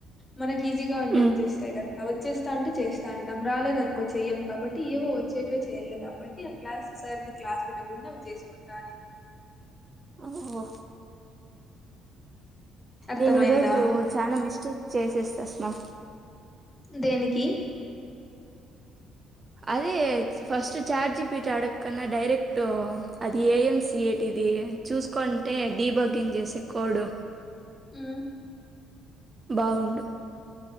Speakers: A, on the left; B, on the right.
A: మనకి ఈజీగా ఉంటే
B: ఉమ్
A: వచ్చేస్తాయి కదా వచ్చేస్తా అంటే చేస్తా అంటాం రాలేదు అనుకో చెయ్యం కాబట్టి ఏవో వచ్చేటవే చెయ్యలే కాబట్టి ఆ క్లాస్ సారిది క్లాస్ వినకుండా అవి చేసుకుంటా అనింది
B: ఓఓ
A: అర్థమైందా?
B: నేను ఈరోోజు చానా మిస్టేక్ చేసేస్తా అశమా
A: దేనికి
B: అదే ఫస్ట్ చాట్ జిపిట్ అడగన్నా డైరెక్ట్ అది ఏఎం సియటిది చూసుకుంటే డీబగ్గింగ్ చేసే కోడ్
A: ఉ
B: బావుండు